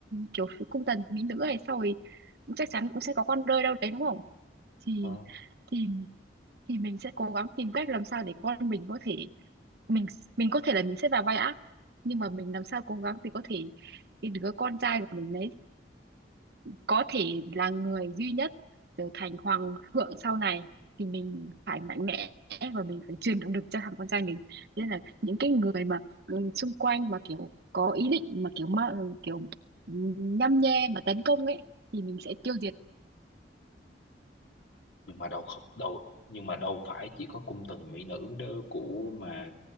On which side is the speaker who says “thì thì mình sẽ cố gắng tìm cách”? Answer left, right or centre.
Right